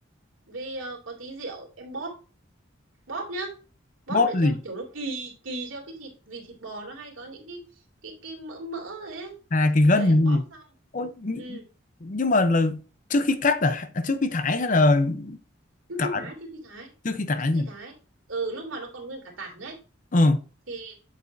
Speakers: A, on the right; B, on the left.
A: với à, có tí rượu em bóp bóp nhá bóp
B: bóp
A: để cho
B: gì
A: nó kiểu nó kỳ kỳ cho cái thịt vì thịt bò nó hay có những cái cái cái mỡ mỡ ấy
B: à cái gân
A: đấy
B: cái gì
A: bóp xong
B: Ôi, nh-
A: ừ
B: nhưng mà là trước khi cắt à À, trước khi thái hay là
A: trước
B: cả
A: khi thái trước khi thái
B: trước khi thái
A: trước khi
B: nhỉ
A: thái ừ lúc mà nó còn nguyên cả tảng ấy
B: ừ
A: thì